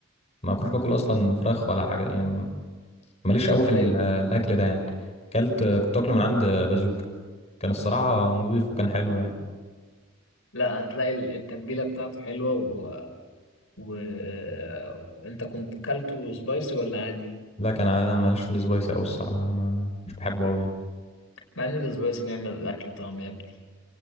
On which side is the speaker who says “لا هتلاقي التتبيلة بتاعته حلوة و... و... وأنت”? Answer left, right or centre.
Left